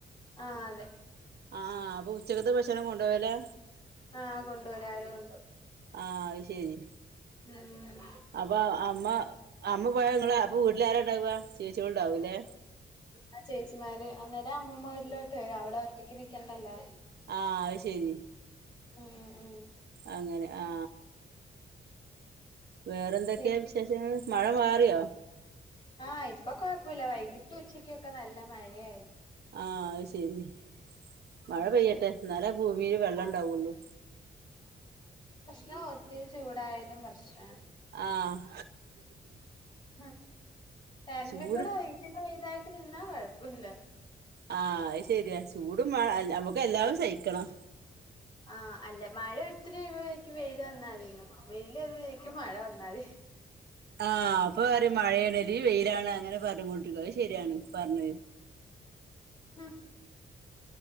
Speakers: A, on the left (about 25°); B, on the right (about 65°).
A: ആ അതെ
B: ആഹ് അപ്പൊ ഉച്ചകത്തെ ഭ ക്ഷണം കൊണ്ടോവലാ
A: ആഹ് കൊണ്ടോവും രാവിലെ കൊണ്ടോവും
B: ആ അത് ശരി
A: ഉം
B: അപ്പൊ അമ്മ അമ്മ പോയ ങ്ങള് അപ്പ വീട്ടിലാരാണ്ടാവാ ചേച്ചികള് ണ്ടാവൂലേ
A: അ ചേച്ചിമാര് അന്നേരം അമ്മൂമ്മ വീട്ടിലോട്ട് വരും അവിടെ ഒറ്റയ്ക്ക് നിക്കണ്ടല്ലോ
B: ആഹ് അത് ശരി
A: ഉം ഉം ഉം
B: അങ്ങനെ ആ വേറെന്തൊക്കെയാ
A: പി
B: വിശേഷങ്ങൾ മഴ മാറിയോ
A: ആ ഇപ്പൊ കൊഴപ്പല്ല വൈകിട്ട് ഉച്ചക്കൊക്കെ നല്ല മഴയായിരുന്നു
B: ആഹ് അത് ശരി മഴ
A: ഉം
B: പെയ്യട്ടെ
A: ശരി
B: ന്നാലെ ഭൂമിൽ വെള്ളം
A: ആ
B: ഇണ്ടാവുള്ളു
A: ഞാ ഒത്തിരി ചൂടായാലും പ്രശ്നാ
B: ആഹ്
A: ആ കരണ്ടും
B: ചൂട്
A: കൂടെ ഒഴുക്കിൻ്റെ മീതായി നിന്നാ കുഴപ്പല്ല
B: ആ അത് ശരിയാ ചൂടും വേണം നമുക്ക് എല്ലാതും സഹിക്കണം
A: ആ അല്ല മഴ ഒത്തിരി പെയ്യുമ്പഴേക്കും വെയില് വന്നാ മതിന്ന് വെയി എ വേക്കും മഴ വന്നാ മതി
B: ആ അപ്പൊ പറയും മഴയാണല് വെയിലാണ് അങ്ങനെ പറഞ്ഞു കൊണ്ടിരിക്കും അത് ശരിയാണ് പറഞ്ഞത്.
A: ആ